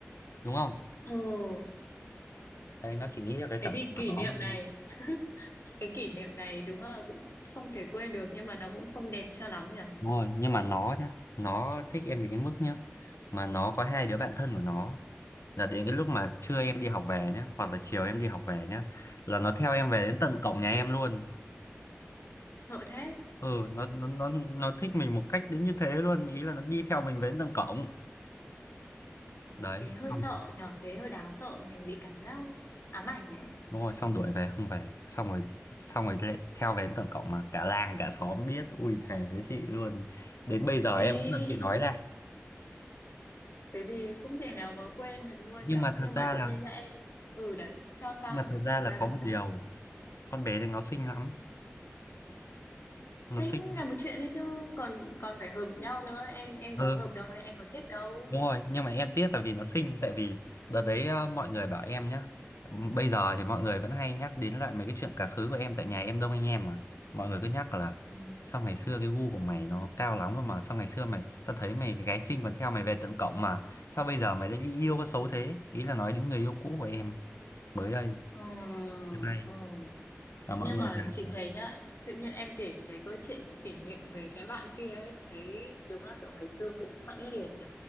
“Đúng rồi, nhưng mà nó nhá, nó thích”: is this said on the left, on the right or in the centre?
Left